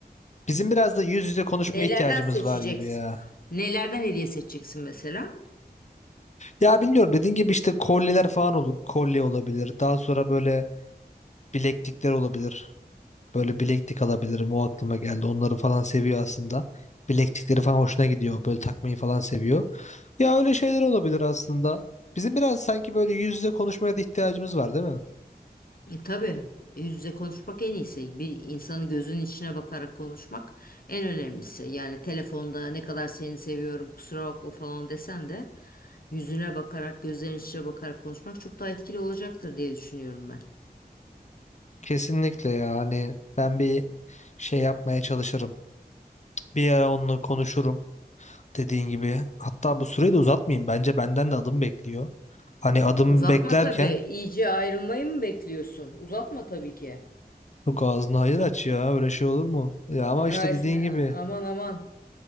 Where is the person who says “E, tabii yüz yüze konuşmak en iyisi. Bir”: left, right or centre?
Left